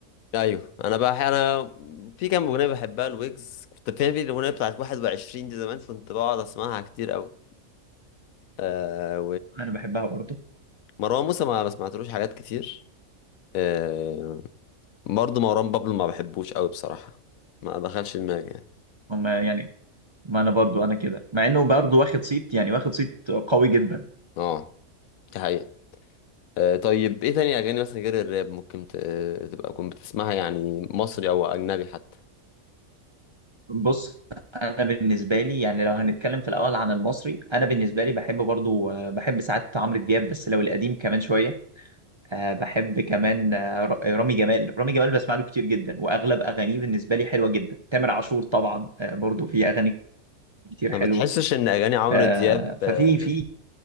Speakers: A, on the left; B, on the right.
A: ايوه انا بقى انا في كام اغنيه بحبها الويجز كنت فاهم في الاغنيه بتاعت 21 دي زمان كنت بقعد اسمعها كتير قوي آه
B: انا بحبها برضو
A: ومروان موسى ما ما سمعتلوش حاجات كتير آه برضه مروان بابلو ما بحبوش قوي بصراحة ما دخلش دماغي يعني
B: هم يعني ما انا برضو انا كده مع انه برضو واخد صيت يعني واخد صيت قوي جدا
A: اه دي حقيقة آه طيب ايه تاني اغاني مثلا غير الراب ممكن ت- تبقى كنت بتسمعها يعني مصري او اجنبي حتى
B: بص انا بالنسبه لي يعني لو هنتكلم في الاول عن المصري انا بالنسبه لي بحب برضو آه، بحب ساعات عمرو دياب بس لو القديم كمان شويه أه بحب كمان آه، ر- رامي جمال رامي جمال بسمع له كتير جدا واغلب اغانيه بالنسبه لي حلوه جدا تامر عاشور طبعا أه برضو في اغاني كتير
A: ما
B: حلوه
A: بتحسش ان اغاني عمرو
B: أه
A: دياب
B: ففي
A: آه
B: في